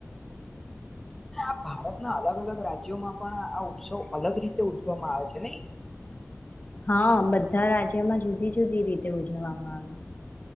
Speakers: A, in the centre; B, on the left (about 35°).
A: અને આ ભારતના અલગ અલગ રાજ્યોમાં પણ આ ઉત્સવ અલગ રીતે ઉજવામાં આવે છે નને
B: હા બધા રાજ્યમાં જુદી જુદી રીતે ઉજવવામાં આવે